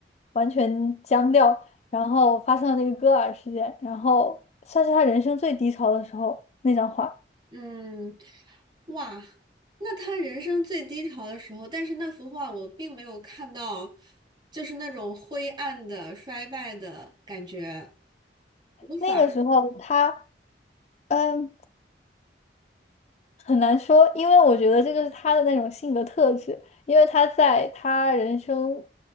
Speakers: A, on the left; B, on the right.
A: 完全僵掉，然后发生了那个戈尔事件，然后算是他人生最低潮的时候那张画，
B: 嗯，哇，那他人生最低潮的时候，但是那幅画我并没有看到，就是那种灰暗的、衰败的感觉，无法
A: 那个时候他。嗯，很难说，因为我觉得这就是他的那种性格特质，因为他在他人生